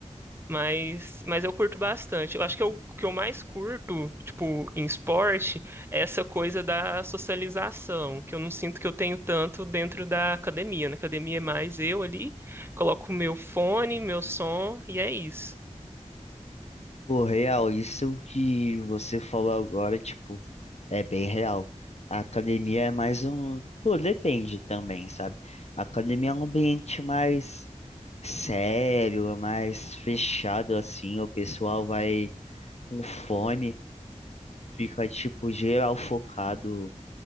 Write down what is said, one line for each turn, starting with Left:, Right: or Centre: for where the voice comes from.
Right: Mas, mas eu curto bastante. Eu acho que eu- o que eu mais curto, tipo, em esporte, é essa coisa da socialização, que eu não sinto que eu tenho tanto dentro da academia. Na academia é mais eu ali, coloco o meu fone, meu som, e é isso.
Left: Pô, real, isso que você falou agora, tipo, é bem real. A academia é mais um. Pô, depende também, sabe? A academia é um ambiente mais sério, é mais fechado, assim. O pessoal vai com fome, fica, tipo, geral focado